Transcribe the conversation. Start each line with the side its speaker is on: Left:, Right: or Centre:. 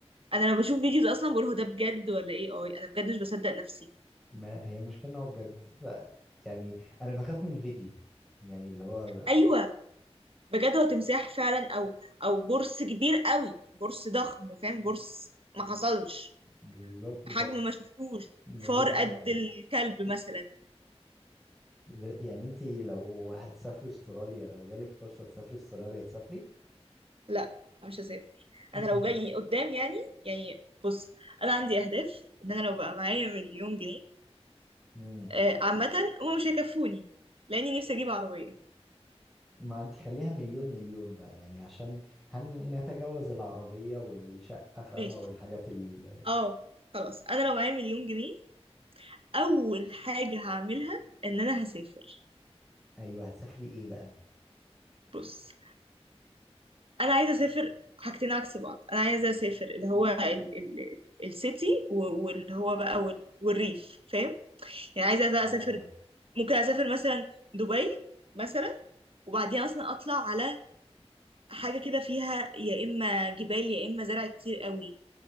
Right: انا لما بشوف فيديوز اصلا بقول هو ده بجد ولا ايه اي انا بجد مش بصدق نفسي
Centre: ما هي المشكلة ان هو بجد ف يعني انا بخاف من الفيديو يعني اللي هو ب-
Right: ايوه بجد هو تمساح فعلا او او برص كبير قوي برص ضخم فاهم برص ما حصلش
Centre: بالظبط
Right: حجم ما شفتوش
Centre: فالموضوع
Right: فار
Centre: مرعب
Right: قد الكلب مثلا
Centre: ب- يعني انت لو هتسافري استراليا لو جالك فرصة تسافري استراليا تسافري
Right: لا مش هسافر
Centre: <laughs>
Right: انا لو جاي قدام يعني يعني بص انا عندي اهداف ان انا لو بقى معايا مليون جنيه
Centre: مم.
Right: آه، عامه هما مش هيكفوني لاني نفسي اجيب عربيه
Centre: ما انت خليها مليون مليون بقى يعني عشان هنتجاوز العربية والشقة فاهمة
Right: ماشي
Centre: والحاجات ال...
Right: اه خلاص انا لو معايا مليون جنيه اول حاجه هعملها ان انا هسافر
Centre: ايوه هتسافري ايه بقى
Right: بص انا عايزه اسافر حاجتين عكس بعض انا عايزه اسافر اللي هو ال ال السيتي و- واللي هو بقى وال- والريف فاهم يعني عايزه بقى
Centre: آه.
Right: اسافر ممكن اسافر مثلا دبي مثلا وبعدين اصلا اطلع على حاجه كده فيها يا اما جبال يا اما زرع كتير قوي